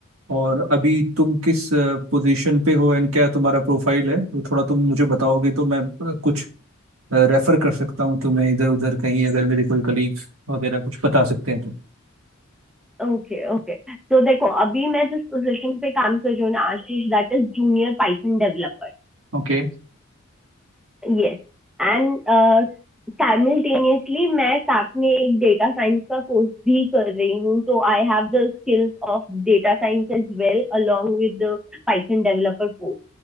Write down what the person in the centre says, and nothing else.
Okay okay तो देखो अभी मैं जिस पोजीशन पे काम कर रही हूँ ना Ashish that is junior Python developer
Yes And simultaneously मैं साथ में एक डेटा साइंस का कोर्स भी कर रही हूँ तो I have the skills of data science as well along with the Python developer course